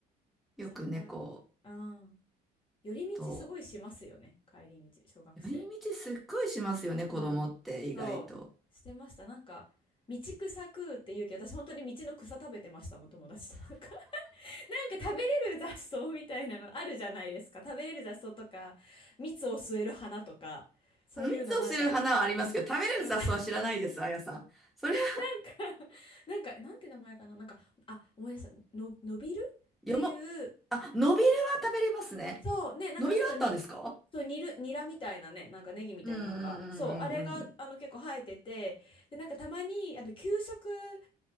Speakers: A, in the centre; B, on the left.
A: よく猫
B: それは、うん。寄り道すごいしますよね。
A: と、
B: 帰り道、小学生。
A: 寄り道すっごいしますよね、
B: うん。
A: 子供って意外と。
B: そう、してました。なんか、道草食うって言うけど、私本当に道の草食べてましたもん、友達と。なんか、<laughs> なんか食べれる雑草みたいなのあるじゃないですか。食べれる雑草とか、蜜を吸える花とか、そういうのなんか、
A: 蜜をする花はありますけど、食べれる雑草は知らないです、
B: うんな
A: あやさん。それは、
B: んか、なんか、なんて名前かな。なんか、あ、思い出した。の、のびるっていう
A: よも、あ、ノビルは食べれますね。
B: そうね、なんかちょっとに、
A: ノビルあったんですか
B: そう、煮る、ニラみたいなね、なんかネギみたいな、
A: うんうんうんうん
B: なんか、そう、あれが、あの、結構生えてて、で、なんかたまに、あの、給食